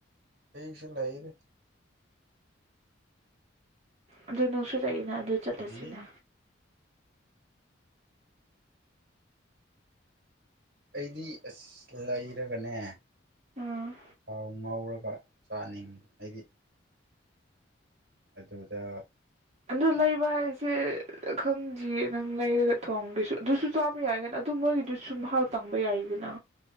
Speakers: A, on the right; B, on the right.
A: ꯑꯩꯩꯁꯨ ꯂꯩꯗ
B: ꯑꯗꯨ ꯅꯪꯁꯨ ꯂꯩꯏꯅ ꯑꯗꯨ ꯆꯠꯂꯁꯤꯅ
A: ꯂꯩ ꯑꯩꯗꯤ ꯑꯁ ꯂꯩꯔꯒꯅꯦ
B: ꯎꯝ
A: ꯊꯥꯎ ꯉꯧꯔꯒ ꯆꯥꯅꯤꯡꯉꯤ ꯑꯩꯗꯤ ꯑꯗꯨꯗ
B: ꯑꯗꯨ ꯂꯩꯕ ꯍꯥꯏꯁꯦ ꯈꯪꯗꯤꯌꯦ ꯅꯪ ꯂꯩꯔꯒ ꯊꯣꯡꯒꯦꯁꯨ ꯑꯗꯨꯁꯨ ꯆꯥꯕ ꯌꯥꯏꯗꯅ ꯑꯗꯨ ꯑꯗꯨ ꯃꯣꯏꯒꯤꯗꯨꯁꯨꯨ ꯃꯍꯥꯎ ꯇꯪꯕ ꯌꯥꯏꯗꯅ